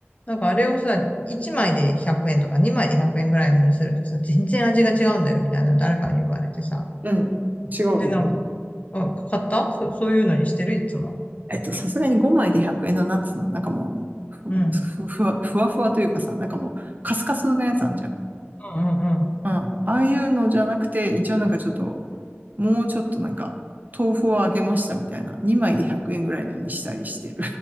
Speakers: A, on the left; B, on the right.
A: なんかあれをさ、1枚で100円とか2枚で100円ぐらいのにするとさ、全然味が違うんだよみたいなの誰かに言われてさ、
B: うんうん。違うよね。
A: で、なんか、あ、買ったそ、そういうのにしてるいつも。
B: えっと、さすがに5枚で100円のナッツの、なんかもう、
A: うん。
B: ふ、
A: うん
B: ふふわ、ふわふわというかさ、なんかもう、カスカスのやつあんじゃん。
A: うんうん。
B: うん。ああいうのじゃなくて、一応なんかちょっと、もうちょっとなんか、豆腐をあげましたみたいな、2枚で100円ぐらいのにしたりしてる。